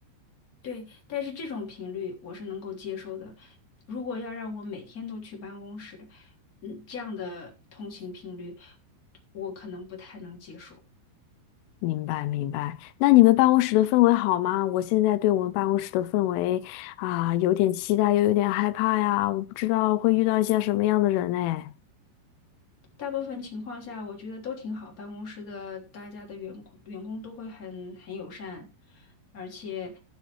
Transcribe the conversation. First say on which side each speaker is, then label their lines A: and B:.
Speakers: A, on the left (about 20°); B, on the left (about 85°).
A: 对，但是这种频率我是能够接受的。如果要让我每天都去办公室，嗯，这样的通勤频率，我可能不太能接受。
B: 明白，明白。那你们办公室的氛围好吗？我现在对我们办公室的氛围啊，有点期待，又有点害怕呀。我不知道会遇到一些什么样的人哎。
A: 大部分情况下，我觉得都挺好。办公室的大家的员工员工都会很很友善，而且，